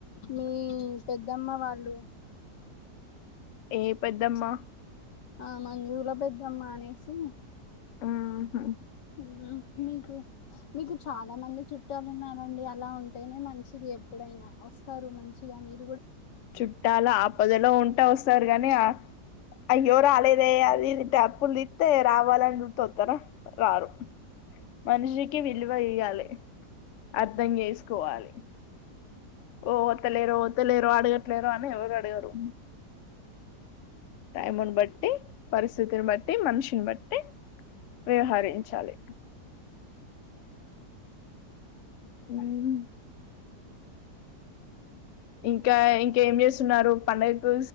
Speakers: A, on the left; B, on the left.
A: మీ పెద్దమ్మ వాళ్ళు
B: ఏ పెద్దమ్మ
A: ఆ మంజుల పెద్దమ్మా అనేసి
B: ఆహా
A: హు మీకు మీకు చాలా మంది చుట్ ట్టలున్నారండి అలా ఉంటేనే మంచిది ఎప్పుడైనా వస్తారు మంచిగా మీ
B: చుట్టాల ఆపదలో ఉంటే వస్తారు గాని ఆ అయ్యో రాాలేదే అది తప్పులు తీతే రావాల సుత వత్తర రారు మనిషికి విలువ ఇయ్యాలి అర్థం చేసుకోవాలి ఓ ఓతలేరో ఓతలేరో అడగట్లేరు అని ఎవరు అడగరు టైమ్న్ బట్టి పరిస్థితిని బట్టి మనుషిన్ బట్టి వ్యవహరించాలి హుమ్ ఇంకా ఇంకా ఏం చేస్తున్నారు పండుగకు